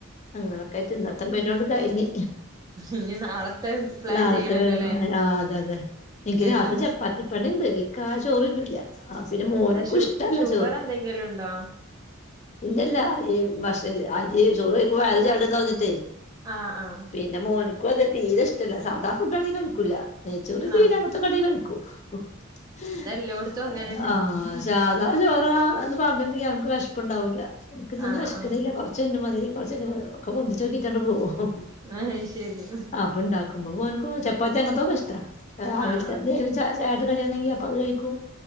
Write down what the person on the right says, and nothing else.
ഇനി നാളത്തെ പ്ലാൻ
ചെയ്യണല്ലോല്ലേ
എന്നും
എന്താ ഷു
ഷുഗർ
എന്തെങ്കിലും ഉണ്ടോ
ആഹ് ആഹ്.
ആഹ്
എല്ലാടത്തും അങ്ങേനെ
ആഹ്
ആഹ്
ആഹ് ശരി
ആഹ് ആഹ്